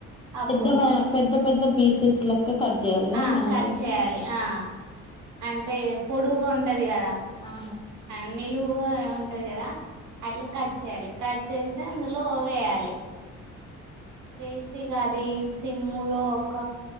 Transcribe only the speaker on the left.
పెద్ద మ్యా పెద్ద పెద్ద పీసెస్ లెక్క కట్ చేయాలిగా
మ్యాంగోస్
అవును